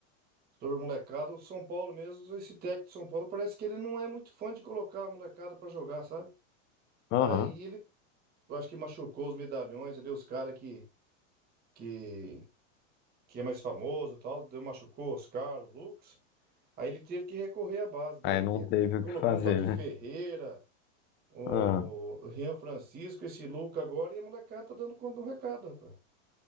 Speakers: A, on the right (about 25°); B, on the left (about 30°).
A: Sobre a molecada, o São Paulo mesmo, esse técnico do São Paulo parece que ele não é muito fã de colocar a molecada pra jogar, sabe?
B: Aham.
A: Aí ele, eu acho que machucou os medalhões ali, os caras que, que, que é mais famoso e tal, deu, machucou Oscar, o Lucas. Aí ele teve que recorrer à base, daí
B: Aí não
A: te-
B: teve o
A: colocou
B: que fazer,
A: um tal de Ferreira,
B: né?
A: o
B: Ah,
A: Rian Francisco, esse Luca agora, e a molecada tá dando conta do recado, rapaz.